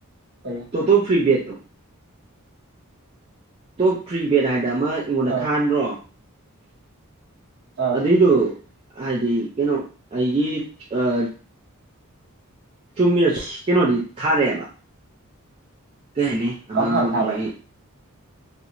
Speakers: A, on the right (about 45°); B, on the right (about 25°).
A: ꯀꯔꯤ
B: ꯇꯣꯇꯣ free bet top free bet ꯍꯥꯏꯗ ꯑꯃ ꯑꯩꯉꯣꯟꯗ
A: ꯑꯥ
B: ꯊꯥꯍꯟꯗ꯭ꯔꯣ
A: ꯑꯥ
B: ꯑꯗꯨꯏꯗꯣ ꯍꯥꯏꯗꯤ ꯀꯩꯅꯣ ꯑꯩꯒꯤ ꯑꯥ ꯆꯨꯝꯃꯤꯔ ꯀꯩꯅꯣꯗꯤ ꯊꯥꯔꯦꯕꯥ ꯀꯩ ꯍꯥꯏꯅꯤ ꯑꯃ
A: ꯀꯝꯐꯥꯝ ꯊꯥꯕ꯭ꯔꯥ
B: ꯃꯣꯏ